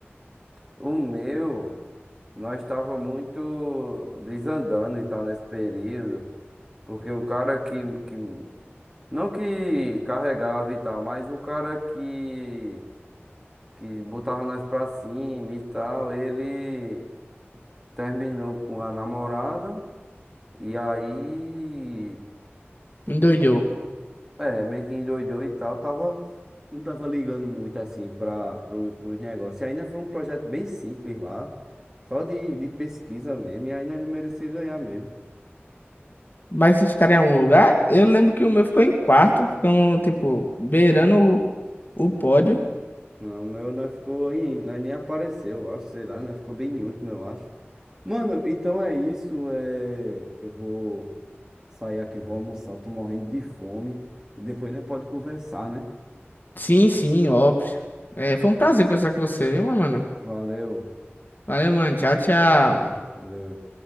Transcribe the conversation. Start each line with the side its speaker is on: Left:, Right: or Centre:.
Right: o meu. Nós estava muito desandando e tal nesse período, porque o cara que, que não que carregava e tal, mas o cara que que botava nós pra cima e tal, ele terminou com a namorada e aí
Left: Endoidou.
Right: é, é, meio que endoidou e tal, tava não tava ligando muito assim para pro, pros negócios. E ainda foi um projeto bem simples lá, só de, de pesquisa mesmo, e ainda não merecia ganhar mesmo.
Left: Mas vocês ficaram em algum lugar? Eu lembro que o meu ficou em quarto, ficamos, tipo, beirando o, o pódio.
Right: Não, o meu nós ficou aí, nós nem apareceu, eu acho, sei lá, nós ficou bem em último, eu acho. Mano, então é isso, é... eu vou sair aqui, vou almoçar, eu tô morrendo de fome e depois nós pode conversar, né?
Left: Sim, sim, óbvio. É, foi um prazer conversar com você, viu, meu mano?
Right: Valeu,
Left: Valeu, mano. Tchau, tchau.
Right: valeu.